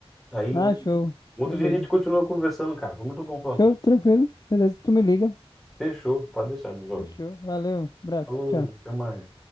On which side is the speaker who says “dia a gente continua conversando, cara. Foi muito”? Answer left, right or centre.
Centre